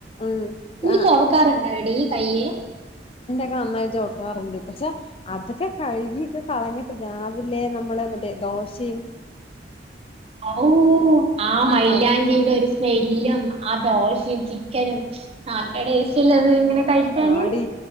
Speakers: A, on the left; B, on the right.
A: ഉം
B: എനി
A: ആ
B: ചോക്കാറുണ്ടോ ടികയ്യ
A: <unintelligible> കാണാറുണ്ട് പക്ഷെ അതൊക്കെ കഴുകിൊക്കെ കളഞ്ഞിട്ട് രാവിലെ നമ്മള് മറ്റേ ദോ ചെയ്യും
B: ഓ ആ മൈലാഞ്ചിടെ
A: അത്
B: ഒരു സ്മെല്ലും ദോശേഠ ചിക്കൻ നും നല്ല ടേസ്റ്റ് ആല്ലേ അത് കഴിക്കാന്
A: അടി